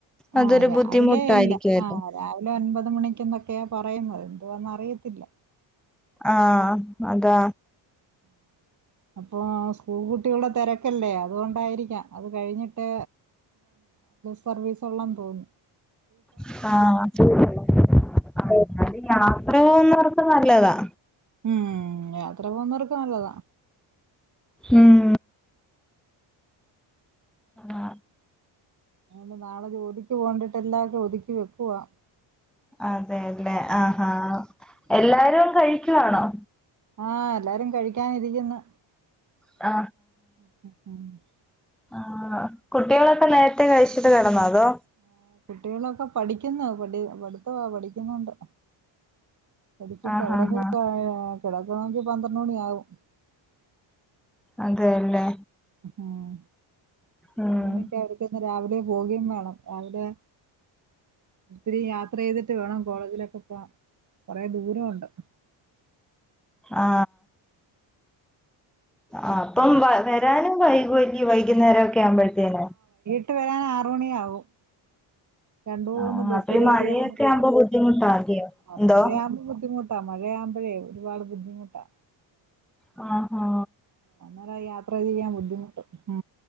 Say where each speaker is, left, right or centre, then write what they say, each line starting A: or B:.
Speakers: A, in the centre; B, on the right.
A: അതൊരു
B: ആഹ് രാവിലെ
A: ബുദ്ധിമുട്ടായിരിക്കുവല്ലോ
B: ഇല്ല ആഹ രാവിലെ ഒൻപത് മണിക്കന്നൊക്കെയാ പറയുന്നത് എന്നാന്ന അറിയത്തില്ല
A: ആഹ അതാ
B: അപ്പോൾ സ്കൂൾ കുട്ടികളുടെ തെരക്കല്ലേ അതുകൊണ്ടായിരിക്കാം അത് കഴിഞ്ഞിട്ട് സർവീസുള്ളാെന്ന് തോന്നി
A: <unintelligible> <unintelligible> നല്ലതാ
B: ഉം യാത്ര പോകുന്നവർക്ക് നല്ലതാ
A: ഉം ആ
B: ആ നാളെ ജോലിക്ക് പോണ്ടിട്ട എല്ലാതും ഒതുക്കി വെക്കുവാ
A: അതെല്ലേ ആഹാ എല്ലാരും കഴിക്കുവാണോ
B: ആ എല്ലാരും കഴിക്കാനിരിക്ക്ന്ന്
A: ആ
B: അ ആ <unintelligible>
A: ആ കുട്ടികളൊക്കെ നേരത്തെ കഴിച്ചിട്ട് കിടന്നോ അതോ
B: ആ കുട്ടികളൊക്കെ പഠിക്കുന്നു പഠി പഠത്തവാ പഠിക്കുന്നുണ്ട് പടിച്ചിട്ട്
A: ആഹ്
B: അവരൊക്കെ
A: ആഹ് ആഹ്
B: കിടക്കണമെങ്കി പന്ത്രണ്ട് മണി ആകും
A: അതെല്ലേ
B: ഉം
A: ഉം
B: എന്നണ്ടെക്ക് അവർക്കൊന്ന് രാവിലെ പോകേം വേണം രാവിലെ ഒത്തിരി യാത്ര ചെയ്തിട്ട് വേണം കോളേജിലൊക്കെ ഇപ്പൊ കൊറേ ദൂരമുണ്ട്
A: ആ ആ അപ്പം വ വരാനും വൈകുവല്ല വൈകുന്നേരം ഒക്കെ ആവുമ്പോഴത്തേന
B: ട്ട് വരാൻ ആർ മണിയാവും രണ്ട മൂന്ന്
A: ആഹ്
B: ബസ്സ്
A: അപ്പൊ ഈ
B: കറി
A: മഴയൊക്കെ
B: ഇറങ്ങി പോണം
A: ആവുമ്പോ ബുദ്ധിമുട്ടാകയോ എന്തോ
B: മഴയാവുമ്പോ ബുദ്ധിമു ട്ട മഴയാകുമ്പോഴേ ഒരുപാട് ബുദ്ധിമുട്ടാ
A: ആ ആ
B: അന്നേര യാത്ര ചെയ്യാൻ ബുദ്ധിമുട്ടും ആ